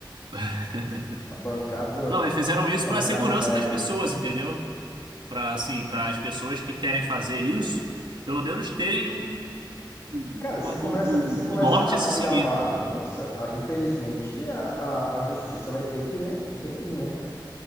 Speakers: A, on the right; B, on the left.
A: <laughs>
B: A bancada
A: Não,
B: do,
A: eles fizeram isso
B: <laughs> bancada
A: pra segurança
B: do Daime.
A: das pessoas, entendeu? Pra assim, para as pessoas que querem fazer isso, pelo menos terem um,
B: Cara, você
A: uma-
B: começa,
A: um,
B: você começa
A: um- um norte
B: a,
A: a se
B: a virar
A: seguir.
B: bagunça, a- infelizmente a, a, a justiça vai ter que, né, intervir, né, cara?